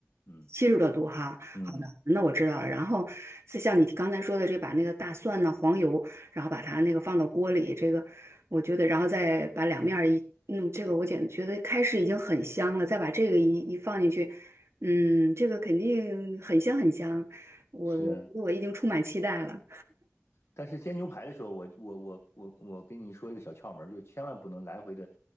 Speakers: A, on the left; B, on the right.
A: 嗯
B: 七十多度哈，
A: 嗯
B: 好的，那我知道了。然后，是像你刚才说的，这把那个大蒜呢、黄油，然后把它那个放到锅里，这个我觉得，然后再把两面儿一弄，这个我简觉得开始已经很香了，再把这个一一放进去，嗯，这个肯定很香很香，我我我已经充满期待了。
A: 是。但是煎牛排的时候，我我我我我跟你说一个小窍门儿，就千万不能来回的，